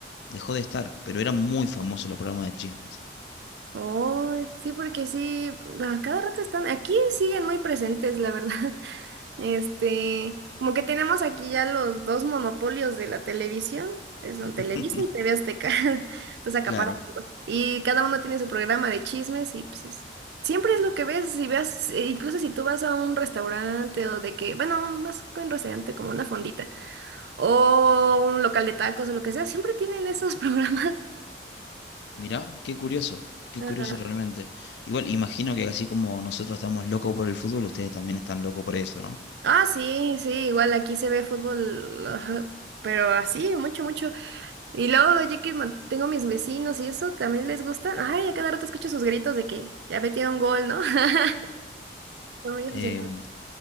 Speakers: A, on the left; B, on the right.
A: dejó de estar, pero eran muy famosos los programas de chismes.
B: Oh, sí, porque sí, a cada rato están, aquí siguen muy presentes, la verdad. <laughs> Este, como que tenemos aquí ya los dos monopolios de la televisión, que son
A: <laughs>
B: Televisa y TV Azteca. <laughs> Entonces acaparan
A: Claro,
B: todo. Y cada uno tiene su programa de chismes y pues es- siempre es lo que ves, si ves, eh, incluso si tú vas a un restaurante o de que, bueno, más que un restaurante como una fondita o un local de tacos o lo que sea, siempre tienen esos <laughs> programas.
A: mirá, qué curioso, qué
B: Ajá.
A: curioso realmente. Igual, imagino que así como nosotros estamos locos por el fútbol, ustedes también están locos por eso, ¿no?
B: Ah, sí, sí, igual aquí se ve fútbol, ajá, pero así, mucho, mucho. Y luego, yo que ma- tengo mis vecinos y eso, también les gusta Ay, a cada rato escucho sus gritos de que ya metieron gol, ¿no? <laughs> Son muy aficionados.
A: Eh,